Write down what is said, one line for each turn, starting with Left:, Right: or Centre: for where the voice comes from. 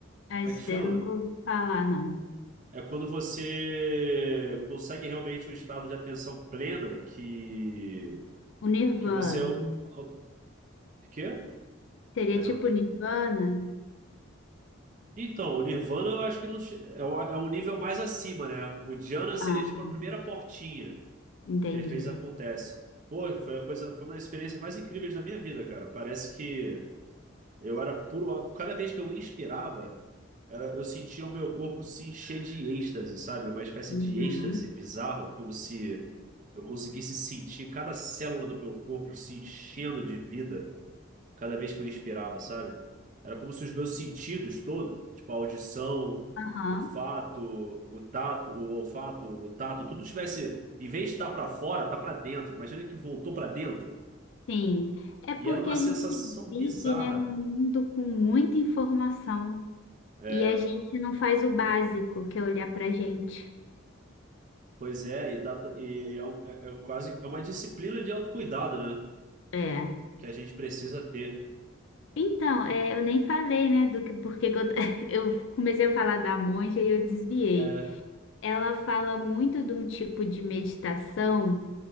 Left: Ah,
Right: como
Left: Isso
Right: é que chama?
Left: daí eu nunca ouvi falar, não.
Right: É quando você consegue realmente um estado de atenção plena que,
Left: O Nirvana.
Right: que você. O o- quê?
Left: Seria
Right: Penal.
Left: tipo Nirvana?
Right: Então, o Nirvana eu acho que não che- é o, é o nível mais acima, né? O Diana seria
Left: Ah,
Right: tipo a primeira portinha
Left: entendi.
Right: que às vezes acontece. Pô, foi a coisa, foi uma das experiências mais incríveis da minha vida, cara. Parece que eu era puro. á- Cada vez que eu inspirava, era- eu sentia o meu corpo se encher de êxtase, sabe? Uma espécie
Left: Uhum.
Right: de êxtase bizarro, como se eu conseguisse sentir cada célula do meu corpo se enchendo de vida. cada vez que eu inspirava, sabe? Era como se os meus sentidos todos, tipo a audição,
Left: Aham.
Right: o fato, o tato, o olfato, o tato, tudo tivesse, em vez de estar para fora, tá para dentro. Imagina que voltou para dentro.
Left: Sim, é
Right: E
Left: porque
Right: era uma
Left: a
Right: sensação
Left: gente vive,
Right: bizarra.
Left: né, num mundo com muita informação
Right: É,
Left: e a gente não faz o básico, que é olhar pra gente.
Right: pois é, e, dá- e é, um- é- é quase é uma disciplina de autocuidado, né?
Left: É.
Right: Que a gente precisa ter.
Left: Então, é, eu nem falei, né, do que porque que eu, <laughs> eu comecei a falar da monja e eu desviei.
Right: É,
Left: Ela fala muito de um tipo de meditação.